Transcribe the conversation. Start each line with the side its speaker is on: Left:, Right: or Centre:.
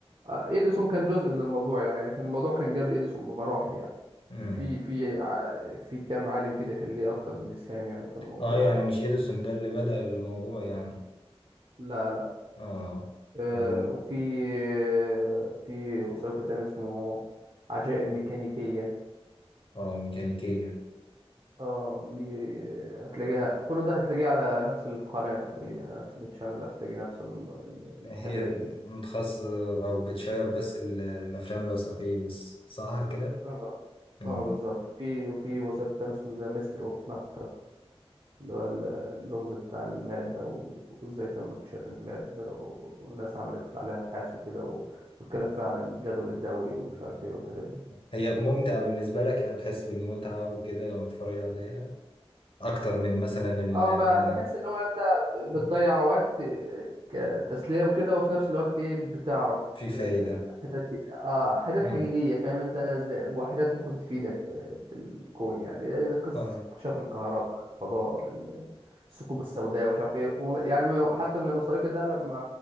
Right: آه، اديسون كان جزء من الموضوع يعني لكن الموضوع كان قبل اديسون بمراحل يعني
Left: مم.
Right: في في ع- في كام عالم كده كان ليه اكتر من اسهام يعني في الموضوع
Left: آه يعني مش إديسون ده اللي بدأ الموضوع يعني
Right: لا لا
Left: آه
Right: آه،
Left: ال...
Right: وفي آه، في وثائقي تاني اسمه عجائب ميكانيكية
Left: آه ميكانيكية
Right: اه دي هتلاقيها كل ده هتلاقيه على نفس القناة تقريبا يعني نفس التشانل هتلاقي نفس ال- ال-
Left: هي
Right: الحاجات دي
Left: متخصصة أو بتشير بس ال- الأفلام الوثائقية بس صح كده؟
Right: اه
Left: مم.
Right: اه بالظبط في وفي وثائقي تاني اسمه ذا ميستري اوف ماكتر اللي هو ال- اللغز بتاع المادة و- وازاي تم اكتشاف المادة و- والناس عملت عليها ابحاث وكده و- والكلام فيها عن الجدول الدوري ومش عارف ايه والحاجات دي
Left: هي ممتعة بالنسبة لك يعني بتحس بالمتعة وكده لما بتتفرج عليها أكتر من مثلا ال
Right: اه ب- بحس ان هو انت بتضيع
Left: مم.
Right: وقت آه، كتسلية وكده وفي نفس الوقت ايه بتعرف
Left: في فايدة
Right: آه، حاجات اه حاجات
Left: مم.
Right: حقيقية فاهم انت زي- وحاجات ممكن تفيدك في, في الكون يعني زي قصة
Left: اه
Right: اكتشاف الكهرباء الفضاء ال- الثقوب السوداء ومش عارف ايه و- يعني من- حتى من الوثائقي ده لما